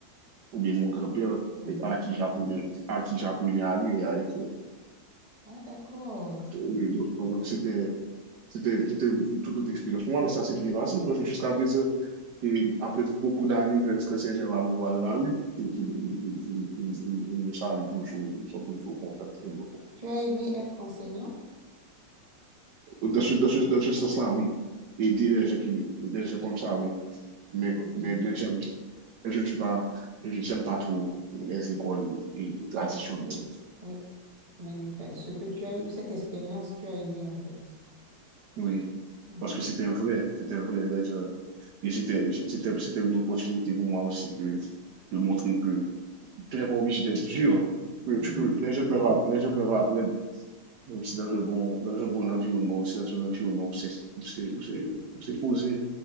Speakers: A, on the right; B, on the right.
A: ou bien mon grand-père
B: Mhm.
A: et à qui j'apprenais à qui j'apprenais à lire et à écrire.
B: Ah, d'accord.
A: Oui, donc, donc c'était c'était c'était une une toute autre expérience pour moi, mais ça s'est bien passé parce que jusqu'à présent, et après beaucoup d'années que que Saint-Germain va me voir dans la rue, ils il, il, il, il, il, il me saluent toujours, ils sont toujours contents de me voir.
B: Tu as aimé être enseignant?
A: Dans ce, dans ce, dans ce sens-là, oui. Aider les gens, qui, des gens comme ça, oui. Mais,
B: Très intéressant.
A: mais, mais j'aime, mais je ne suis pas, j'aime pas trop les écoles et traditionnelles.
B: Oui. Mais ce que tu as eu, cette expérience, tu as aimé, en fait.
A: Oui.
B: Mhm,
A: Parce que c'était vrai, c'était vrai. Là, je- et c'était, c'était, c'était une opportunité pour moi aussi de, de montrer que tu n'es pas obligé d'être dur.
B: mhm,
A: Que tu peux, les gens peuvent, app- les gens peuvent apprendre aussi dans un bon, dans un bon environnement, aussi dans un environnement où c'est, où c'est, où c'est, où c'est posé.